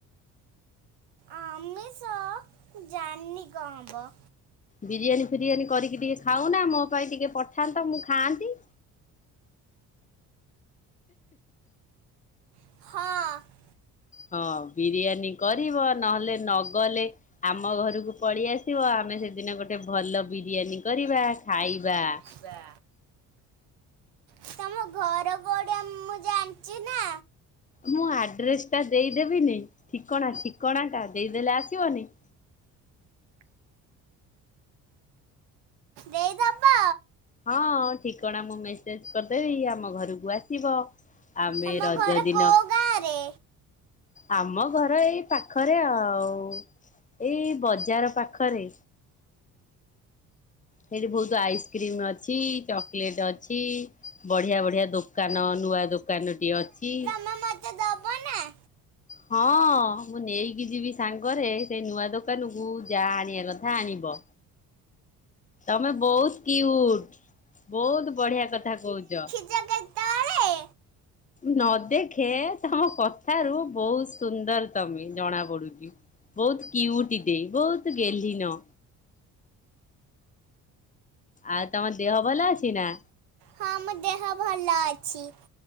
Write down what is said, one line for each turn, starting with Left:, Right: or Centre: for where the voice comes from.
Right: ଆମିଷ ଜାନିଁ କଁ ହବ।
Left: ବିରିୟାନୀ ଫିରିୟାନୀ କରିକି ଟିକେ ଖାଉନା ମୋ ପାଇଁ ଟିକେ ପଠାନ୍ତ ମୁଁ ଖାଆନ୍ତି।
Right: ହଁ।
Left: ହଁ ବିରିୟାନୀ କରିବ ନହେଲେ ନଗଲେ ଆମ ଘରକୁ ପଳି ଆସିବ ଆମେ ସେଦିନ ଗୋଟେ ଭଲ ବିରିୟାନୀ କରିବା ଖାଇବା।
Right: ଥିବା। ତମ ଘର କୋଉଠି ମୁଁ ଜାଣିଚି ନା।
Left: ମୁଁ ଆଡ୍ରେସ୍ ଟା ଦେଇଦେବିନି ଠିକଣା ଠିକଣା ଟା ଦେଇଦେଲେ ଆସିବନି।
Right: ଦେଇଦବ।
Left: ହଁ ଠିକଣା ମୁଁ ମେସେଜ୍ କରିଦେବି ଆମ ଘରକୁ ଆସିବ। ଆମେ
Right: ତମ
Left: ରଜ
Right: ଘର
Left: ଦିନ
Right: କୋଉ ଗାଁରେ
Left: ଆମ ଘର ଏଇ ପାଖରେ ଆଉ। ଏଇ ବଜାର ପାଖରେ। ସେଇଠି ବୋହୁତୁ ଆଇସ୍କ୍ରିମ୍ ଅଛି ଚକ୍ଲେଟ୍ ଅଛି ବଢିଆ ବଢିଆ ଦୋ କାନ ନୂଆ ଦୋକାନଟି ଅଛି।
Right: ମା ମତେ ଦବ ନା?
Left: ହଁ ମୁଁ ନେଇକି ଯିବି ସାଙ୍ଗରେ ସେଇ ନୂଆ ଦୋକାନ କୁ ଯା ଆଣିବା କ ଯାହା ଆଣିବ ତମେ ବୋହୁତ୍ କ୍ୟୁଟ୍ ବୋହୁତ୍ ବଢିଆ କଥା କୋହୁଚ।
Right: ଚ କେତଏଳେ?
Left: ନ ଦେଖେ ତମ କଥାରୁ ବୋହୁତ୍ ସୁନ୍ଦର୍ ତମେ ଜଣା ପଡୁଚି। ବୋହୁତ୍ କ୍ୟୁଟିଟେ ବହୁତ୍ ଗେଲ୍ହି ନ। ଆଉ ତମ ଦେହ ଭଲ ଅଛି ନା?
Right: ହଁ ମୋ ଦେହ ଭଲ ଅଛି।